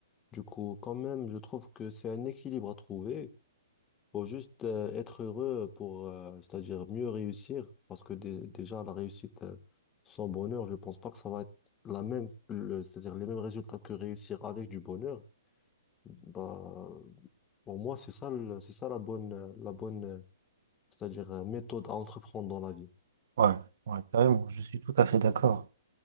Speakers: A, on the left; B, on the right.
A: Du coup, quand même, je trouve que c'est un équilibre à trouver faut juste euh, être heureux pour, euh, c'est-à-dire mieux réussir, parce que dé- déjà, la réussite euh, sans bonheur, je pense pas que ça va être la même, le- c'est-à-dire les mêmes résultats que réussir avec du bonheur. Bah, pour moi, c'est ça, le- c'est ça la bonne, euh, la bonne, euh, c'est-à-dire euh, méthode à entreprendre dans la vie.
B: Ouais, ouais, carrément, je suis tout à fait d'accord.